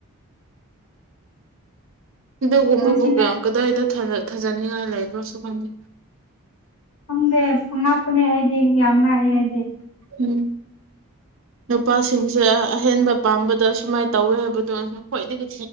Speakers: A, on the right (about 60°); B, on the left (about 70°).
A: ꯑꯗꯨꯒꯨꯝꯕꯕꯨ
B: ꯅꯨꯡꯁꯤꯅ
A: ꯀꯗꯥꯏꯗ ꯊꯥꯖꯅꯤꯡꯉꯥꯏ ꯂꯩꯕ ꯗꯔꯁꯀꯗ
B: ꯈꯪꯗꯦꯨꯡ ꯉꯥꯛꯄꯅꯦ ꯑꯩꯗꯤ ꯌꯥꯝ ꯉꯥꯛꯑꯦ ꯑꯩꯗꯤ
A: ꯎꯝ ꯅꯨꯄꯥꯁꯤꯡꯁꯦ ꯑꯍꯦꯟꯕ ꯄꯥꯝꯕꯗ ꯁꯨꯃꯥꯏꯅ ꯇꯧꯋꯤ ꯍꯥꯏꯕꯗꯣ ꯈ꯭ꯋꯥꯏꯗꯒꯤ